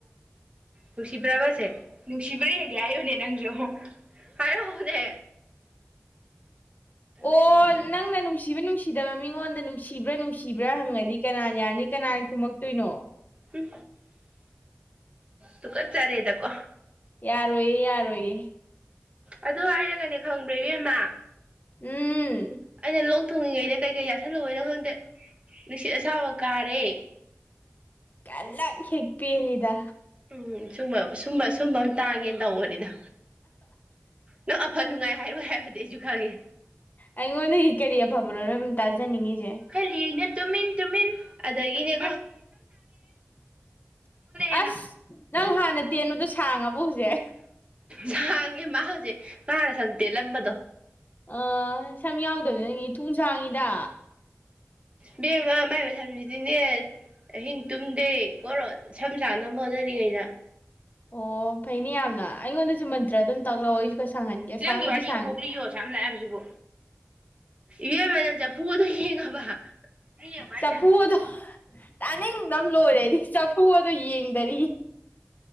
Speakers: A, on the right; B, on the left.
A: ꯅꯨꯡꯁꯤꯕ꯭ꯔꯕꯁꯦ ꯅꯨꯡꯁꯤꯕ꯭ꯔꯥ ꯍꯡꯒꯦ ꯍꯥꯏꯌꯨꯅꯦ ꯅꯪꯁꯨ ꯍꯥꯏꯔ ꯍꯣꯅꯦ
B: ꯑꯣ
A: ꯍꯥꯏꯔꯛꯑꯣ
B: ꯅꯪ ꯅꯪ ꯅꯪ ꯅꯨꯡꯁꯤꯕ ꯅꯨꯡꯁꯤꯗꯕ ꯃꯤꯉꯣꯟꯗ ꯅꯨꯡꯁꯤꯕ꯭ꯔꯥ ꯅꯨꯡꯁꯤꯕ꯭ꯔꯥ ꯍꯪꯉꯅꯤ ꯀꯅꯥꯅ ꯌꯥꯔꯅꯤ ꯀꯅꯥꯅ ꯀꯨꯝꯃꯛꯇꯣꯏꯅꯣ
A: ꯎꯝ ꯇꯨꯀ ꯆꯔꯦ ꯍꯥꯏꯗ ꯀꯣ
B: ꯌꯥꯔꯣꯏꯌꯦ ꯌꯥꯔꯣꯏꯌꯦ
A: ꯑꯗꯨ ꯍꯥꯏꯔꯒꯅꯦ ꯈꯪꯕ꯭ꯔ ꯏꯕꯦꯝꯃ
B: ꯎꯝ
A: ꯑꯩꯅ ꯂꯣꯛ ꯊꯨꯡꯉꯤꯉꯩꯅꯦ ꯀꯩꯀꯩ ꯌꯥꯁꯜꯂꯨꯑꯣꯏꯅꯣ ꯈꯪꯗꯦ ꯅꯨꯡꯁꯤꯠ ꯑꯁꯥꯕ ꯀꯥꯔꯦ
B: ꯀꯂ ꯍꯦꯒꯄꯤ ꯑꯦꯜꯗ
A: ꯎꯝ ꯁꯨꯝꯕ ꯁꯨꯝꯕ ꯁꯨꯝꯕ ꯑꯃ ꯇꯥꯒꯦꯅ ꯇꯧꯕꯅꯤꯗ ꯅꯪ ꯑꯐ ꯅꯨꯡꯉꯥꯏ ꯍꯥꯏꯔꯣꯏ ꯍꯥꯏꯕꯗꯤ ꯑꯩꯁꯨ ꯈꯪꯉꯦ
B: ꯑꯩꯉꯣꯟꯅ ꯍ ꯀꯔꯤ ꯐꯕꯔꯣꯅ ꯇꯥꯖꯥꯅꯤꯉ
A: ꯈꯜꯂꯤꯅ ꯇꯨꯃꯤꯟ ꯇꯨꯃꯤꯟ ꯑꯗꯒꯤꯅꯦ ꯍꯦꯟꯅ
B: ꯑꯁ ꯅꯪ ꯍꯥꯟ ꯅꯠꯇꯅꯗ ꯊꯥꯡꯉ ꯄꯨꯖꯦ
A: ꯌꯥꯥꯡꯉꯦ ꯃꯥ ꯍꯧꯁꯦ ꯃꯥꯅꯦꯦ ꯁꯟꯇꯦꯂꯝꯝꯕꯗꯣ
B: ꯑ ꯁꯃꯤ ꯌꯥꯎꯗ ꯑꯗꯨ ꯅꯪ ꯊꯨꯡꯁꯥꯡꯉꯤꯗ
A: ꯕꯦꯝ ꯑꯃ ꯃꯥꯏꯕ ꯁꯝꯁꯤꯗꯤꯅꯦ ꯑꯍꯤꯡ ꯇꯨꯝꯗꯦ ꯀꯣ ꯁꯝ ꯁꯥꯡꯅꯕ ꯍꯣꯠꯅꯔꯤꯉꯩꯗ
B: ꯑꯣ ꯐꯩꯅꯤ ꯌꯥꯝꯅ ꯑꯩꯉꯣꯟꯗꯁꯨ ꯃꯟꯇ꯭ꯔ ꯑꯗꯨꯝ ꯇꯥꯛꯂꯛꯑꯣ ꯈꯔ ꯁꯥꯡꯍꯟꯒꯦ
A: ꯐꯤꯂꯝꯒꯤ
B: ꯁꯥꯡꯕꯨꯗꯤ
A: ꯋꯥꯔꯤ
B: ꯁꯥꯡꯉꯦ
A: ꯑꯃ ꯀꯣꯛꯂꯤꯌꯣ ꯁꯥꯝ ꯂꯥꯛꯕꯁꯤꯕꯨ ꯏꯦ ꯃ ꯅ ꯆ ꯄꯗꯣ ꯌꯦꯡꯉꯕ ꯅꯪ ꯌꯦꯡꯕ꯭ꯔꯣ ꯍꯥꯏꯖꯦ
B: ꯆ ꯄꯨꯨꯗ ꯇꯥꯅꯤꯡꯗꯪ ꯂꯣꯏꯔꯦꯗꯤ ꯆꯐꯨ ꯑꯗꯣ ꯌꯦꯡꯗꯔꯤ